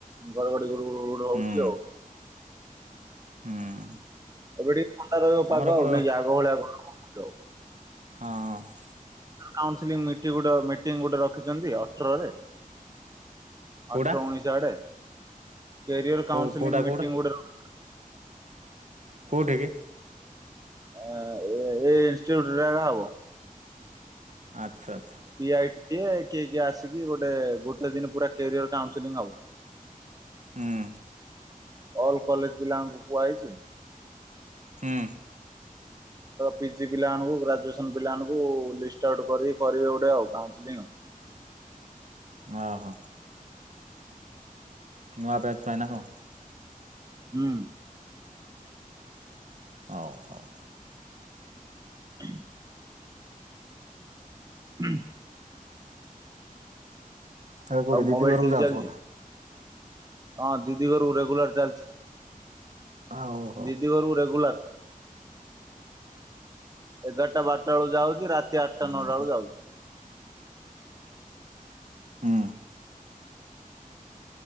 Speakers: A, on the right; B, on the right.
A: ଘଡଘଡି ଘୁଡ଼ୁ ଘୁଡୁ ଘୁଡୁ ହଉଛି
B: ହୁଁ
A: ଆଉ ।
B: ହୁଁ।
A: ଏବେ ଟିକେ ଥଣ୍ଡା ରହିବ
B: ଆମର
A: ପାଗ
B: ଏପଟେ
A: ଆଉ ନାଇଁ କି ଆଗ ଭଳିଆ ଆଉ ଗରମ ହବକି ଆଉ।
B: ହଁ।
A: କାଉସେଲିଙ୍ଗ ମିଟିଂ ଗୋଟେ ମିଟିଂ ଗୋଟେ ରଖିଛନ୍ତି ଅଠରରେ।
B: କୋଉଟା
A: ଅଠର ଉଣେଇଶ ଆଡେ କ୍ୟାରିୟର କାଉନସେଲିଂ
B: କୋଉ କୋଉଟା
A: ମିଟିଂ
B: କୋଉଟା
A: ଗୋଟେ ରହୁ
B: କୋଉଠି କି?
A: ଆ ଏ ଇନ୍ଷ୍ଟିଟ୍ୟୁଟା ରେ ହବ
B: ଆଚ୍ଛା ଆଛା
A: ପି ଆଇ କିଏ କିଏ କିଏ ଆସିକି ଗୋଟେ ଗୋଟେ ଦିନ ପୁରା କ୍ୟାରିଅର କାଉଁସେଲିଙ୍ଗ ହବ
B: ହୁଁ
A: ଅଲ କଲେଜ ପିଲାମାନକୁ କୁହାଯାଇଛି
B: ହୁଁ
A: ପିଜି ପିଲାମାନଙ୍କୁ ଗ୍ରାଜୁଏସନ ପିଲାମାନଙ୍କୁ ଲିଷ୍ଟ ଆଉଟ କରି କରିବେ ଗୋଟେ ଆଉ କାଉଁସେଲିଙ୍ଗ ଆଉ
B: ଓ ହୋ ନୂଆ ବ୍ୟାଚ ପାଇଁ ନା କଣ
A: ହୁଁ
B: ହଉ ହଉ
A: ହ ହୁଁ
B: ଆଉ କୋଉଠି ଦିଦି
A: ମୋବାଇଲ
B: ଘରକୁ
A: ଠିକ
B: ଯାଉଛବୋଧେ
A: ଚାଲିଛି ହଁ ଦିଦି ଘରୁ ରେଗୁଲାର ଚାଲିଛି
B: ଆଉ ହଉ
A: ଦିଦି ଘରକୁ ରେଗୁଲାର ଏଗାରଟା ବାରଟା ବଳୁ ଯାଉଛି ରାତି ତି ଆଠଟା ନଅଟା
B: ହୁଁ
A: ଅଳକୁ ଯାଉଛୁ
B: ହୁଁ